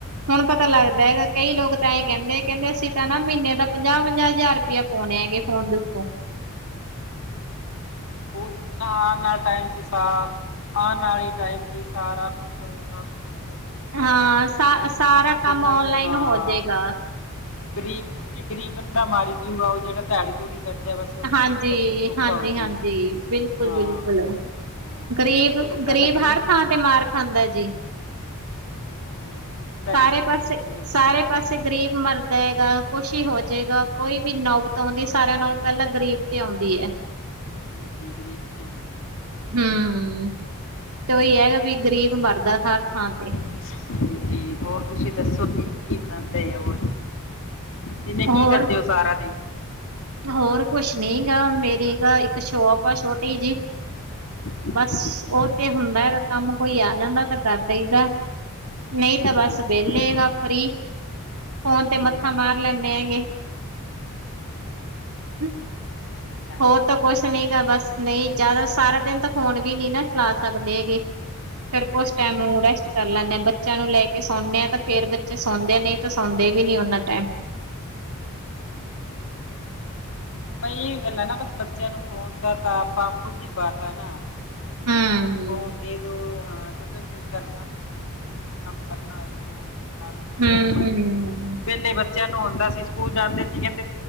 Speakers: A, on the right (about 85°); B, on the left (about 60°).
A: ਹੁਣ ਪਤਾ ਲੱਗਦਾ ਹੈਗਾ ਕਈ ਲੋਕ, ਤਾਂ ਹੀ ਕਹਿੰਦੇ ਕਹਿੰਦੇ ਅਸੀਂ ਤਾਂ ਨਾ ਮਹੀਨੇ ਦਾ ਪੰਜਾਹ ਪੰਜਾਹ ਹਜ਼ਾਰ ਰੁਪਇਆ ਪਾਉਣੇ ਹੈਗੇ ਫੋਨ ਦੇ ਉੱਤੋਂ ?!
B: 'ਚ ਆ ਨਾ ਟਾਈਮ 'ਚ ਸਾ ਆਉਣ ਵਾਲੇ ਟਾਈਮ 'ਚ ਸਾਰਾ ਕੰਮ ਤੇ ਫੋਨ ਕਈ ਹੋਣ
A: ਹਾਂ
B: ਲੱਗ
A: ਸ
B: ਪਏ ਨਾ
A: ਸਾਰਾ ਕੰਮ
B: ਫੋਨਾਂ
A: ਔਨਲਾਈਨ
B: ਤੇ ਹਾਂ
A: ਹੋ ਜਾਏਗਾ।
B: ਗਰੀਬ ਕਿ ਗਰੀਬ ਬੰਦਾ ਮਾਰੀ ਚੂਗਾ ਉਹ ਜਿਹੜਾ ਦਿਹਾੜੀ ਦੂੜੀ ਕਰਦਿਆਂ ਬਸ ਉਹਨਾਂ
A: ਹਾਂਜੀ,
B: ਨੂੰ ਤਾਂ ਬਹੁਤ ਔਖਾ
A: ਹਾਂਜੀ,
B: ਹੋ ਜਊਗਾ
A: ਹਾਂਜੀ
B: ਨਾ
A: ਬਿਲਕੁਲ
B: ਹਾਂ
A: ਬਿਲਕੁਲ
B: ਹਾਂ
A: ਗਰੀਬ
B: ਬੰਦਾ
A: ਗਰੀਬ
B: ਤਾਂ
A: ਹਰ
B: ਹੀ
A: ਥਾਂ
B: ਸ-
A: ਤੇ ਮਾਰ ਖਾਂਦਾ ਜੀ
B: ਹਾਂਜੀ ਗਰੀਬ ਤਾਂ
A: ਸਾਰੇ
B: ਗਰੀਬ
A: ਪਾਸੇ,
B: ਹੀ ਰਹਿ ਜੂਗਾ ਵਿਚਾਰਾ
A: ਸਾਰੇ ਪਾਸੇ
B: ਹੁਣ ਹਾਂ
A: ਗ਼ਰੀਬ ਮਰਦ ਤੇ ਗਾ ਕੁਛ ਹੀ ਹੋ ਜਾਏਗਾ
B: ਹਮ,
A: ਕੋਈ ਵੀ ਨੌਬਤ ਆਉਂਦੀ ਸਾਰਿਆਂ ਨਾਲੋ ਪਹਿਲਾਂ ਗ਼ਰੀਬ ਤੇ ਆਉਂਦੀ ਹੈ
B: ਹਾਂਜੀ ਗਰੀਬ 'ਤੇ ਆਉਂਦੀ ਹੈ
A: ਹਮ ਹੂੰ ਤੇ ਉਹੀ ਹੈ ਵੀ ਗਰੀਬ ਮਰਦਾ ਹਰ ਥਾਂ ਤੇ
B: ਹਾਂਜੀ ਹੋਰ ਤੁਸੀਂ ਦੱਸੋ ਜੀ ਕੀ ਬਣਾਉਂਦੇ ਆ ਉਹ ਦਿਨੇ
A: ਹੋਰ
B: ਕੀ ਕਰਦੇ ਉਹ ਸਾਰਾ ਦਿਨ
A: ਹੋਰ ਕੁਛ ਨੀ ਗਾ ਮੇਰੀ ਗ ਇੱਕ ਸ਼ੋਪ ਆ ਛੋਟੀ ਜੀ।
B: ਹਾਂਜੀ
A: ਬਸ ਉਹ ਤੇ ਹੁੰਦੈ ਕੰਮ ਕੋਈ ਆ ਜਾਂਦਾ ਤਾਂ ਕਰ ਦਈਦੈ ਨਹੀਂ
B: ਹਾਂਜੀ
A: ਤਾਂ
B: ਹਾਂਜੀ
A: ਬਸ ਵਿਹਲੇਗਾ
B: ਹਾਂ,
A: ਫ੍ਰੀ ਫੋਨ ਤੇ ਮੱਥਾ
B: ਹਾਂਜੀ
A: ਮਾਰ ਲੈਂਦੇ ਹੈਗੇ ਹਮ <inaudible>
B: ਹਾਂਜੀ ਇਹ ਹੈ।
A: ਹੋਰ ਤਾਂ ਕੁਛ ਨੀ ਗਾ ਬਸ ਨਹੀਂ ਜਿਆਦਾ ਸਾਰਾ ਦਿਨ ਤਾਂ ਫੋਨ ਵੀ ਨੀ ਨਾ ਚਲਾ ਸਕਦੇ ਹੈਗੇ। ਫੇਰ
B: ਹਾਂਜੀ
A: ਕੁਛ ਟੈਮ ਰੈਸਟ ਕਰ ਲੈਂਦੇ ਆਂ ਬੱਚਿਆਂ ਨੂੰ ਲੈ ਕੇ ਸੌਂਨੇ ਆਂ ਤਾਂ ਫੇਰ ਬੱਚੇ ਸੌਂਦੇ ਆ ਨਹੀਂ ਤੇ ਸੌਂਦੇ ਵੀ ਨੀ ਉਹਨਾਂ ਟੈਮ
B: ਬਈ ਇਹ ਗੱਲ ਆ ਨਾ ਬਸ ਬੱਚਿਆਂ ਨੂੰ ਫੋਨ ਦਾ ਤਾਂ ਆਪਾਂ ਖੁਦ ਹੀ ਪਾ ਤਾ ਨਾ
A: ਹੂੰ।
B: ਜੇ ਫੋਨ ਦੇ ਦਓ ਹਾਂ ਜਦੋਂ ਵੀ ਕੋਈ ਕਰਨਾ ਹੋਏ ਫੋਨ ਕੰਮ ਕਰਨਾ ਹੋਏ ਫੋਨ ਕੰਮ
A: ਹੂੰ-ਹੂੰ।
B: ਕਰਨਾ ਹੋਏ ਫੋਨ ਵੇਹਲੇ ਬ ਬੱਚਿਆਂ ਨੂੰ ਹੁੰਦਾ ਸੀ ਸਕੂਲ ਜਾਂਦੇ ਸੀ ਕਹਿੰਦੇ